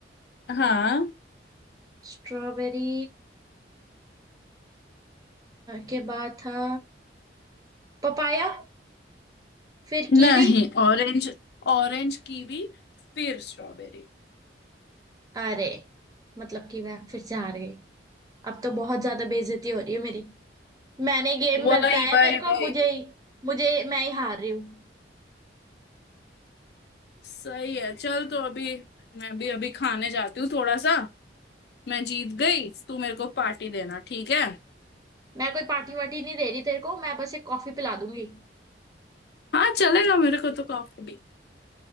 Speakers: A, on the left; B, on the right.
A: हाँ
B: स्ट्रॉबेरी के बाद था पपाया फिर
A: नहीं
B: कीवी
A: ऑरेंज Orange kiwi फिर स्ट्रॉबेरी
B: अरे मतलब कि मैं फिर से हार गई अब तो बहुत ज्यादा बेइज्जती हो रही है मेरी मैंने गेम
A: वही
B: बताया
A: वही
B: तेरे को
A: वही
B: मुझे ही मुझे मैं ही हार रही हूँ
A: सही है चल तो अभी मैं भी अभी खाने जाती हूँ थोड़ा सा मैं जीत गई तू मेरे को पार्टी देना ठीक है
B: मैं कोई पार्टी वार्टी नहीं दे रही तेरे को मैं बस एक कॉफी पिला दूंगी
A: हाँ चलेगा मेरे को तो कॉफी भी